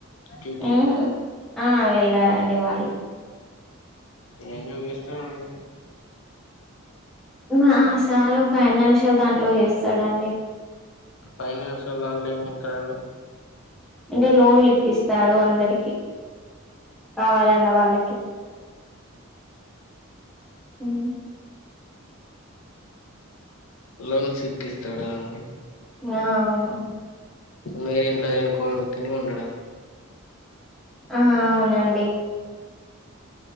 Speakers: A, on the left; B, in the centre.
A: డ్యుటికి
B: ఉమ్, ఆ వెళ్ళారండి వాళ్ళు
A: ఏం జాబ్ చేస్తారండి
B: మా సారు ఫైనాన్షియల్ దాంట్లో చేస్తాడండి
A: ఫైనాన్షియల్ దాంట్లో ఏం ఇస్తారండి
B: అంటే లోన్లు ఇప్పిస్తాడు అందరికి కావాలన్న వాళ్ళకి ఉ
A: లోన్స్ ఇప్పిస్తాడా అండి
B: ఆ అవును
A: మీరు ఇంట్లో తినుకు తిని ఉండడమే
B: ఆ అవునండి